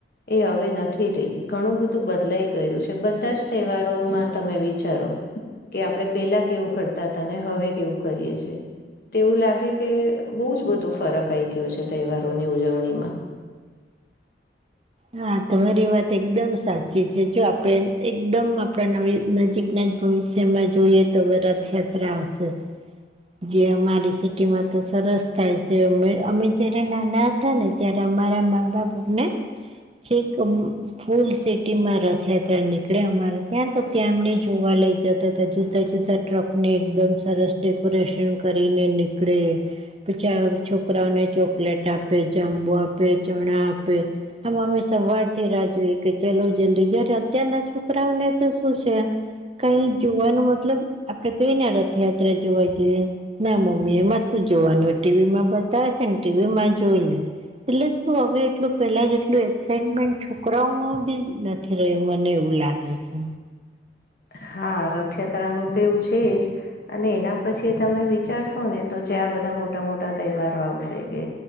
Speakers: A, on the left (about 55°); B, on the right (about 35°).
A: એ હવે નથી રહી ઘણું બધું બદલાઈ ગયુ છે. બધા જ તહેવારોમા તમે વિચારો કે આપડણે પેલા કેવું કરતા હતા હવે કેવું કરીએ છે. તે એવું લાગે કે બહુ જ બધો ફરક આઈ ગયો છે. તહેવારોની ઉજવણીમા
B: હા તમારી વાત એકદમ સાચી છે, જો આપણે એકદમ આપડા નવી નજીક. આપના જ ભવિષ્યમાં જોઈએ, તો હવે રથયાત્રા આવશે જે અમારી સિટીમાં તો સરસ થાય છે, મે અમે જયારે નાના અ હતા ને ત્યારે અમારા મા-બાપ અમને શક ફૂલ સિટીમાં રથયાત્રા નીકળે અમારે ત્યાં તો ત્યાં અમને જોવા લઈ જતા હતા જુદા જુદા. ટ્રક ને એકદમ સરસ ડેકોરેશન કરીને નીકળે પછા છોકરાઓને, ચોકલેટ આપે જાંબુ આપે ચણા આપે આમ અમે સવાર થી રાુએ કે ચલો જલ્દી જ્યારે અત્યારના છોકરાઓને તો શું છે. કઈ જોવાનું મતલબ આપડે કઈએ ને રથયાત્રા જોવા જઈએ ના, મમ્મી એમાં શું જોવાનું ટીવીમાં બતાવે છે ને ટીવીમાં જોઈ લે. એટલે શું હવે એટલું પેલા જેટ એટલું એક્સાઇટમેન્ટ છોકરાઓમાં બી નથી રહ્યું મને એવું લાગે છે.
A: હા, રથયાત્રાનું તો એવું છે જ અને એના પછી તમે વિચારશો ને તો જે આ બધા મોટા-મોટા તહેવારો આવશે કે